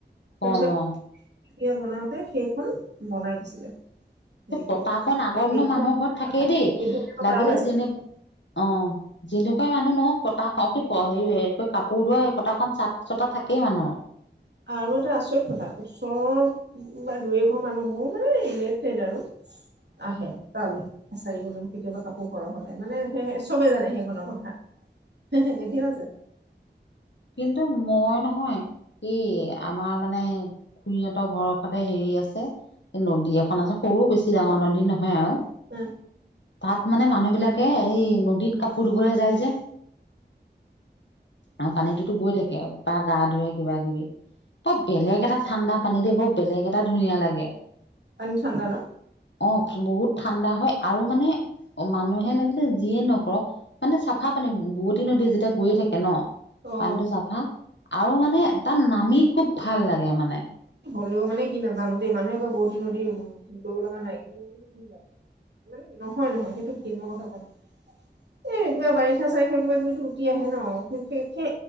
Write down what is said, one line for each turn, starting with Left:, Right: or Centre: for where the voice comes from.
Left: কম
Right: তাৰপিছত
Left: অ
Right: এয়া বনাওঁতে সেইখন বনাই দিছিলে। হেৰি
Left: সেই
Right: কৰি
Left: পতাখনন আগৰ দিনৰ
Right: এইটো
Left: মানুহৰ ঘৰত থাকেই দেই,
Right: এইটো
Left: লাগিলে
Right: কৰা হৈছে
Left: যেনে, অ'। যেনেকুৱাই মানুহ নহওক পতা কি হেৰি কাপোৰ ধোৱা পতাখন চাট চতা থাকেই মানুহৰ।
Right: আৰু এটা আচৰিত কথা, ওচৰৰত বা দুই এঘৰ মানুহো মানে ৰিলেটেট আৰু আহে তালে। চাৰি বলম কেতিয়াবা কাপোৰ সৰহ হ'লে, মানে সে চবে জানে সেইখনৰ কথা। এতিয়াও আছে।
Left: কিন্তু মই নহয়, এই আমাৰ মানে খুুৰীহঁতৰ ঘৰৰ তে হেৰি আছে নদী এখন আছে, সৰু বেছি ডাঙৰ নদী নহয় আৰু।
Right: এ
Left: তাত মানে মানুহবিলাকে এই নদীত কাপোৰ ধুবলৈ যায় যে আৰু পানীটোতো গৈ থাকে বা গা ধুুৱে কিবা কিবি। <unintelligible> বেলেগ এটা ঠাণ্ডা পানী দে, বৰ বেলেগ এটা ধুনীয়া লাগে।
Right: পান চান্দা ন'?
Left: অ' বহুত ঠাণ্ডা হয় আৰু মানে অ' মানুহে লাগিলে যিয়ে নকৰক, মানে চাফা পানী বুৱতী নদী যেতিয়া গৈ থাকে ন'।
Right: অ
Left: পানীটো চাফা আৰু মানে তাত নামি খুব ভাল লাগে মানে।
Right: হ'লেও মানে কি নাজানো দেই, মানুহে কয় বোৱতী নদী <unintelligible> কৰিব লগা নাই <unintelligible> নহয় নহয় সেইটো <unintelligible> এ, কিবা বাৰিষা চাৰিষা কিবা কিবি উঠি আহে ন' সে-সে